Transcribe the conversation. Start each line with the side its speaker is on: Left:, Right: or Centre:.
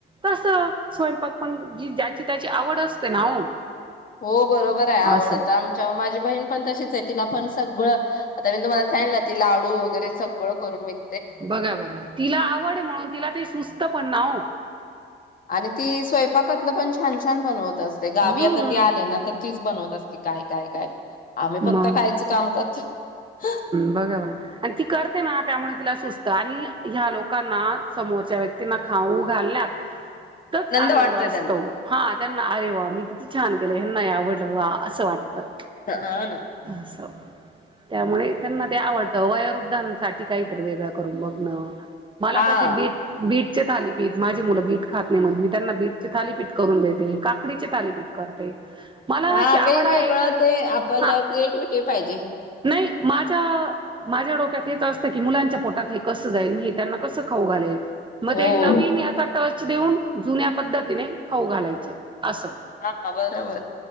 Right: तस स्वयंपाक पण जी ज्याची त्याची आवड असते ना ओ.
Left: हो बरोबर आहे आवडत
Right: असं.
Left: आमच्या माझी बहीण पण तशीच आहे तिला पण सगळं, आता मी तुम्हाला सांगल ना ती लाडू वगैरे सगळं करून विक
Right: बघा बघा तिला आवड आहे म्हणून तिला ते सुचतं पण ना ओ.
Left: आणि ती स्वयंपाकातल पण छान छान बनवत असते गावी
Right: हं.
Left: आता ती आली ना तर तीच बनवत असते काय, काय, काय. आम्ही
Right: मग
Left: फक्त खायच काम करतोयं हं.
Right: बघा बरं. आणि ती करते ना त्यामुळे तिला सुचतं आणि ह्या लोकांना समोरच्या व्यक्तींना खाऊ घालण्यात तच आनंद
Left: वाटतोय
Right: असतो
Left: त्यांना
Right: हा त्यांना अरे वा! मी किती छान गेल्या हेंना हे आवडलं वा असं वाटतं.
Left: त अं न
Right: असं त्यामुळे त्यांना ते आवडतं वयोवृद्धांसाठी काहीतरी वेगळं करून बघणं मला
Left: हा.
Right: कशी बीट, बीट चे थालीपीठ माझे मुलं बीट खात नाही म्हणून मी त्यांना बीटचे थालीपीठ करून देते. काकडीचे थालीपीठ करते. मला
Left: हा
Right: अशी आवड
Left: वेगवेगळं
Right: आहे
Left: ते आपलं
Right: हा
Left: क्रिएटिव्हिटी पाय
Right: नाही माझ्या, माझ्या डोक्यात हेच असतं की मुलांच्या पोटात हे कसं जाईल? मी त्यांना कसं खाऊ घालेल? मध्ये
Left: हो.
Right: नवीन याचा टच देऊन, जुन्या पद्धतीने खाऊ घालायचं. असं
Left: हा बरोबर.